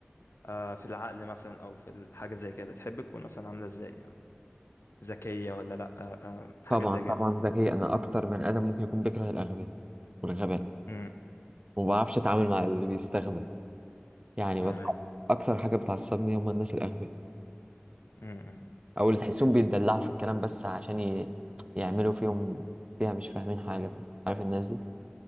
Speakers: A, on the left (about 85°); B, on the right (about 25°).
A: آه في العقل مثلا او في الحاجه زي كده تحب تكون مثلا عامله ازاي يعني ذكيه ولا لا آه آه حاجات
B: طبعا
A: زي
B: طبعا
A: كده
B: ذكي أنا أكتر من آدم ممكن يكون بيكره الأغبياء والغباء
A: امم
B: وما بعرفش أتعامل مع اللي بيستغبى يعني
A: ايوه
B: بتع- أكتر حاجة بتعصبني هم الناس الأغبياء
A: امم
B: أو اللي تحسهم بيتدلعوا في الكلام بس عشان ي... يعملوا فيهم فيها مش فاهمين حاجة عارف الناس دي؟